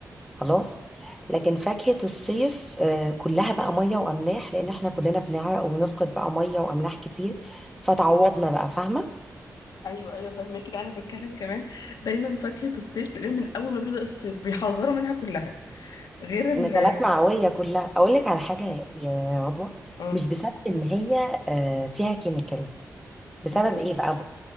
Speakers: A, in the centre; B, on the left.
A: خلاص لكن فاكهة الصيف آه كلها بقى مية واملاح لان احنا كلنا بنعرق وبنفقد بقى مية واملاح كتير فتعوضنا بقى فاهمة
B: ايوه ايوه فاهمه كده انا بتكلم كمان دايما فاكهه الصيف تلاقيهم من اول ما بيبدا الصيف بيحذروا منها كلها غير ال
A: نزلات معوية كلها اقول لك على حاجة يا عضوة
B: اه
A: مش بسبب ان هي آه فيها كيميكالز بسبب
B: م-
A: ايه بقى